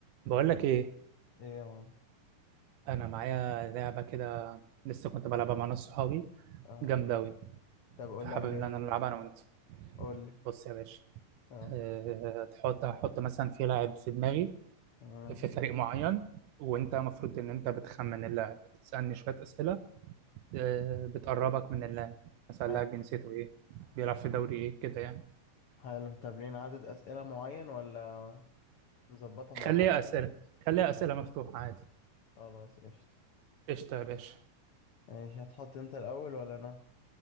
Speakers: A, on the right; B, on the left.
A: بقول لك ايه
B: ايه يا مان
A: انا معايا لعبه كده لسه كنت بلعبها مع ناس صحابي
B: اه
A: جامده اوي
B: طب قول
A: حابب
B: لي عليه
A: ان انا العبها انا وانت
B: قول لي
A: بص يا باشا
B: اه
A: أه تحط هحط مثلا في لاعب في دماغي
B: تمام
A: في فريق معين وانت المفروض ان انت بتخمن اللاعب بتسالني شويه اسئله أه بتقربك من اللاعب مثلا
B: حلو
A: اللاعب جنسيته ايه بيلعب في دوري ايه كده يعني
B: حلو طب لينا عدد أسئلة معين ولا نظبطها مع
A: خليها
B: بعض
A: اسئله خليها اسئله مفتوحه عادي
B: خلاص قشطة
A: قشطه يا باشا
B: ماشي هتحط انت الأول ولا أنا